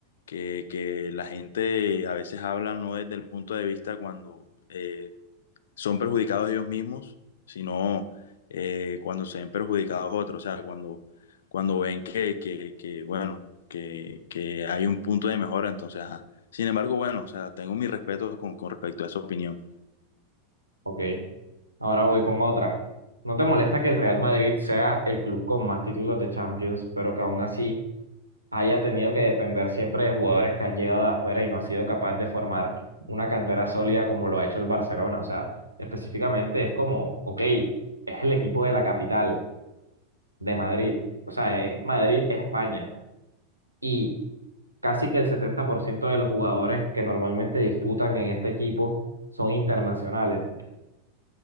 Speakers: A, on the left (about 60°); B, on the right (about 85°).
A: que, que la gente a veces habla no desde el punto de vista cuando... eh, son perjudicados ellos mismos, sino eh, cuando se ven perjudicados otros, o sea, cuando, cuando ven que, que, que bueno, que, que, hay un punto de mejora, entonces, ajá. Sin embargo, bueno, o sea, tengo mi respeto con, con respecto a esa opinión.
B: Ok, ahora voy con otra. ¿No te molesta que el Real Madrid sea el club con más títulos de Champions, pero que aún así haya tenido que depender siempre de jugadores que han llegado de afuera y no ha sido capaz de formar una cantera sólida como lo ha hecho el Barcelona. O sea, específicamente es como, ok, es el equipo de la capital, de Madrid. O sea, es Madrid, España. Y casi que el 70% de los jugadores que normalmente disputan en este equipo son internacionales.